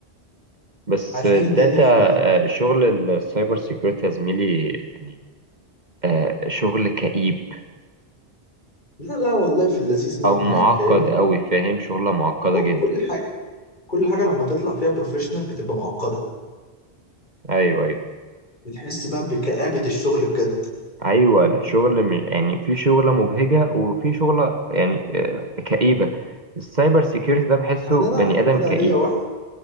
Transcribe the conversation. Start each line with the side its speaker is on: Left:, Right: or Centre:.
Right: بس
Left: هتلاقي
Right: الداتا
Left: الدنيا في الف...
Right: آه، شغل السايبر سيكيورتي يا زميلي يعني آه، شغل كئيب
Left: لا لا والله في اللذيذ منه
Right: او معقد
Left: يعني فاهمني
Right: قوي فاهم شغلة معقدة
Left: هو
Right: جدا
Left: كل حاجة كل حاجة لما تطلع فيها بروفيشنال بتبقى معقدة
Right: ايوه ايوه
Left: بتحس بقى بكآبة الشغل بجد
Right: ايوه الشغل م- يعني في شغلة مبهجة وفي شغلة يعني آه، كئيبة السايبر سيكيورتي
Left: آه.
Right: ده بحسه
Left: يعني
Right: بني
Left: انا
Right: ادم
Left: انا
Right: كئيب
Left: ليا واحد